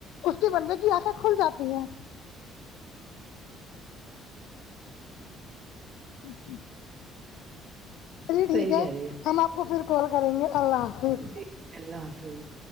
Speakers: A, on the left; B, on the right.
A: اس کے بندے کی آنکھیں کھل جاتی ہیں ہمم چلیے
B: صحیح
A: ٹھیک
B: کہہ
A: ہے
B: رہی ہیں
A: ہم آپ کو پھر کال کریں گے اللہ حافظ
B: جی اللہ حافظ